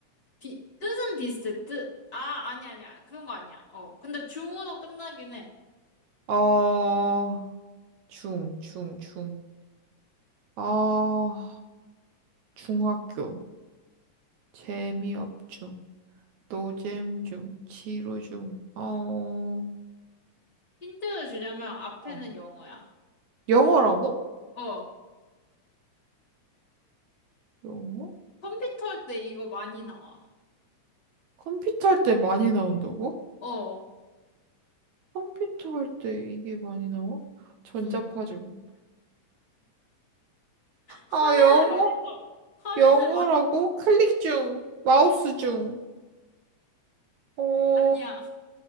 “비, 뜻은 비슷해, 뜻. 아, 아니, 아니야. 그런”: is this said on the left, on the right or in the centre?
Left